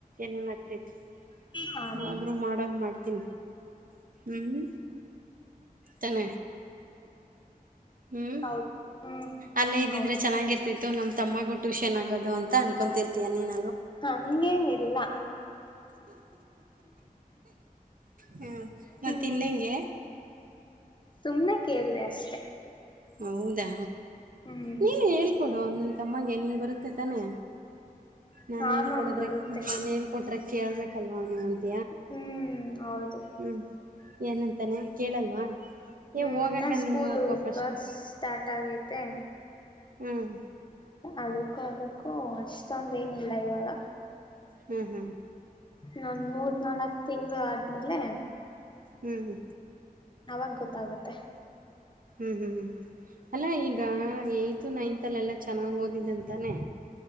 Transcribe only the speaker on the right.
ಏನ್ ಏನ್ ಆಗ್ತಾ ಇದ್ಯಾ
ಆದ್ರೂ ಮಾಡೋದ್ ಮಾಡ್ತ ತಿ ಹ ತನ ಹ್ಮ್
ಅಲ್ಲೇ ಇದಿದ್ರೆ
ಚೆನ್ನಾಗಿರ್ತಿತಿ ಇ ನಮ್ಮ ತಮ್ಮಗೂ ಟ್ಯೂಷನ್ ಆಗೋ ಅಂತ ಅನ್ಕೊಂತಿರ್ತೀಯ ನೀನ
ಹ್ಮ ಮತ್ತ
ಇನ್ನ ಹೆಂಗೆ
ಹೌದಾ
ನೀನು ಹೇಳ್ಕೊಡು ನಿನ್ನ ತಮ್ಮಗೆ ನಿಂಗ ಬರುತ್ತೆ ತಾನೇ ನಾನನ್
ಹೇಳ್ಕೊಡದ್ರ
ನಾನನ್ ಹೇಳ್ಕೊಟ್ರೆ ಕೇಳ್ಬೇಕಲ್ವಾ ಅವ ನುಅಂತ
ಹ್ಮ್ ಏನಂತಾನೆ ಕೇಳಲ್ವಾ
ಏ ಹೋಗಕ್ಕ
ನೀನು ಓದ್ಕೊ ಫಸ್ಟು
ಹ್ಮ್
ಹ್ಮ್ ಹ್ಮ್
ಹ್ಮ್್ಮ
ಹ್ಮ್ ಹ್ಮ್ ಅಲ್ಲಾ ಈಗ ಏತ್ ನೈನ್ತ್ ಅಲ್ಲೆಲ್ಲ ಚೆನ್ನಾಗಿ ಓದಿದ್ದಂತಾನೇ